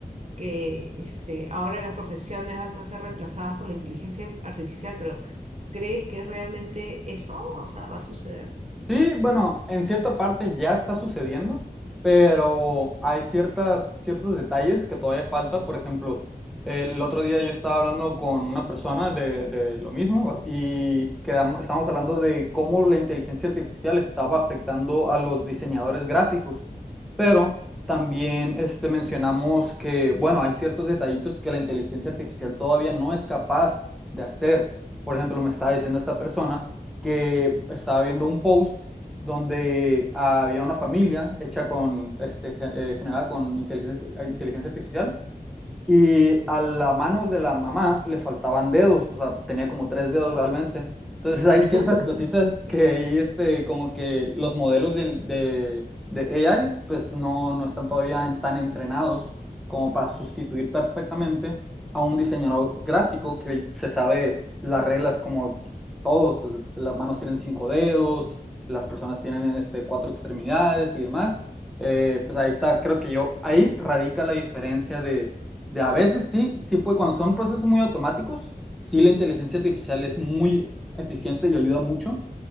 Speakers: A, on the right; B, in the centre.
A: que este, ahora las profesiones van a ser reemplazadas por la inteligencia artificial, pero ¿crees que es realmente eso? O sea, ¿va a suceder?
B: Sí, bueno, en cierta parte ya está sucediendo, pero hay ciertas, ciertos detalles que todavía falta. Por ejemplo, el otro día yo estaba hablando con una persona de, de lo mismo ¿va? y quedamos, estábamos hablando de cómo la inteligencia artificial estaba afectando a los diseñadores gráficos, pero también este, mencionamos que, bueno, hay ciertos detallitos que la inteligencia artificial todavía no es capaz de hacer. Por ejemplo, me estaba diciendo esta persona que estaba viendo un post donde ah, había una familia hecha con, este, gen- eh, generada con inteligencia, inteligencia artificial y a la mano de la mamá le faltaban dedos, o sea, tenía como tres dedos realmente. Entonces <laughs> hay ciertas
A: <laughs>
B: cositas que ahí, este, como que los modelos de, de, de AI, pues no, no están todavía en- tan entrenados como para sustituir perfectamente a un diseñador gráfico que se sabe las reglas como todos, o sea, las manos tienen cinco dedos, las personas tienen este, cuatro extremidades y demás. Eh, pues ahí está, creo que yo, ahí radica la diferencia de de a veces sí, sí puede, cuando son procesos muy automáticos, sí la inteligencia artificial es muy eficiente y ayuda mucho,